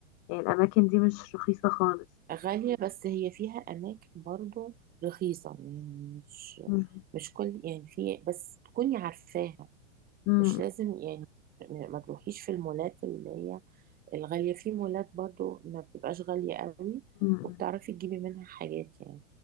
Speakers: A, on the left (about 30°); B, on the right (about 25°).
A: يعني الاماكن دي مش رخيصة خالص
B: غالية بس هي فيها أماكن برضه رخيصة يعني مش
A: مم.
B: مش كل يعني في بس تكوني عارفاها
A: مم.
B: مش لازم يعني م- ما تروحيش في المولات اللي هي الغالية في مولات برضو ما بتبقاش غالية قوي
A: مم.
B: وبتعرفي تجيبي منها حاجات يعني